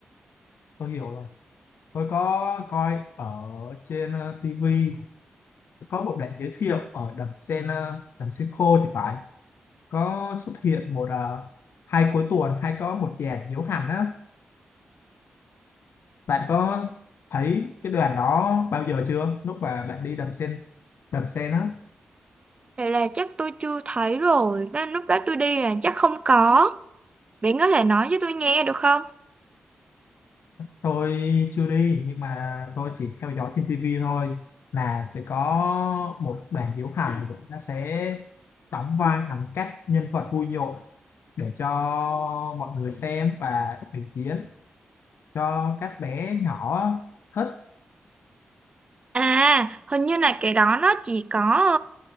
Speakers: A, on the left; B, on the right.
A: tôi hiểu rồi tôi có coi ở trên uh, TV có một đoạn giới thiệu ở đầm sen ờ, đầm sen khô thì phải có xuất hiện một à, hai cuối tuần hay có một dàn diễu hành á bạn có thấy cái đoàn đó bao giờ chưa lúc mà bạn đi đầm sen đầm sen á
B: vậy là chắc tôi chưa thấy rồi đó lúc đó tôi đi là chắc không có bạn có thể nói cho tôi nghe được không
A: tôi chưa đi nhưng mà tôi chỉ theo dõi trên tivi thôi là sẽ có một đoàn diễu hành nó sẽ đóng vai làm các nhân vật vui nhộn để cho mọi người xem và biểu diễn cho các bé nhỏ thích
B: À, hình như là cái đó nó chỉ có